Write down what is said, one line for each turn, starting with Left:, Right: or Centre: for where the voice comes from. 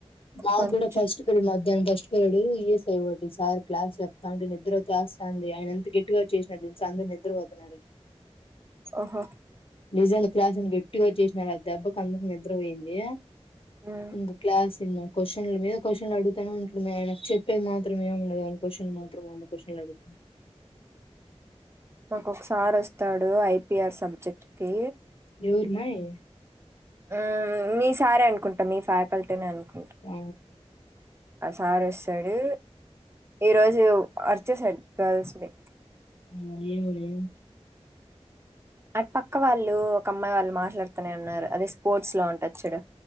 Left: మా
Right: కొంచెం
Left: కూడా ఫస్ట్ పీరియడ్ మధ్యాహ్నం ఫస్ట్ పీరియడ్ ఈఎస్ఐ ఒకటి సార్ క్లాస్ చెప్పుతాంటే నిద్ర వచ్చేస్తా అంది ఆయన ఎంత గట్టిగా అరిచినారు తెలుసా అందరు నిద్రపోతున్నారు
Right: ఓహో
Left: నిజన్ క్లాస్ గట్టిగా అరిచేసినారు ఆ దెబ్బకు అందరికి నిద్ర పోయింది
Right: ఉమ్
Left: ఇంగ క్లాస్ తిన్న క్వశ్చన్ల మీద క్వశ్చన్లు అడుగుతనే ఉంటడు మీ అయన చెప్పేది మాత్రమే ఏమి ఉండదు క్వశ్చన్లు మాత్రం వంద క్వశ్చన్లు అడుతడు
Right: మాకు ఒక సార్ వస్తాడు ఐపిఆర్ సబ్జెక్ట్ కి
Left: ఎవరు మయి
Right: ఆ మీ సారే అనుకుంటా మీ ఫ్యాకల్టీనే అనుకుంట
Left: ఆ
Right: ఆ సారు వస్తాడు ఈరోజు యో అరిచేశాడు గర్ల్స్ నీ
Left: ఆ ఏమోనే
Right: అటు పక్క వాళ్ళు ఒక అమ్మాయి వాళ్ళు మాట్లాడుతూనే అన్నారు అదే స్పోర్ట్స్ లో ఉంటది చూడు